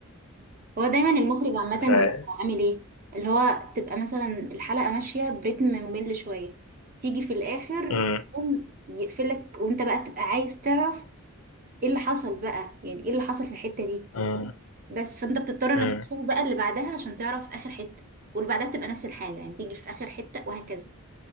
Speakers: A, on the right; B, on the left.
A: هو دايما المخرج عامة
B: مش عارف
A: بيبقى عامل ايه اللي هو تبقى مثلا الحلقة ماشية برتم ممل شوية تيجي في الآخر
B: امم
A: يقوم يقفلك وانت بقى تبقى عايز تعرف ايه اللي حصل بقى يعني ايه اللي حصل في الحتة دي
B: امم
A: بس فانت بتضطر انك
B: امم
A: تشوف بقى اللي بعدها عشان تعرف آخر حتة واللي بعدها تبقى نفس الحاجة يعني تيجي في آخر حتة وهكذا